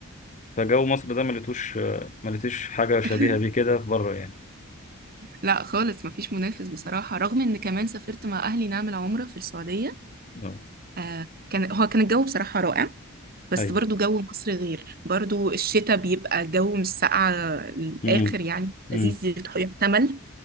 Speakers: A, on the left; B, on the right.
A: فجو مصر ده ما لقيتوش آه، ما لقيتش حاجه شبيهه
B: <laughs>
A: بيه كده بره يعني
B: لا خالص مفيش منافس بصراحة رغم ان كمان سافرت مع اهلي نعمل عمرة في السعودية
A: اه
B: آه كان هو كان الجو بصراحة رائع بس
A: اي
B: برضو جو مصر غير برضو الشتاء بيبقى جو مش ساقعة الآخر
A: امم
B: يعني
A: امم
B: لذيذ يحتمل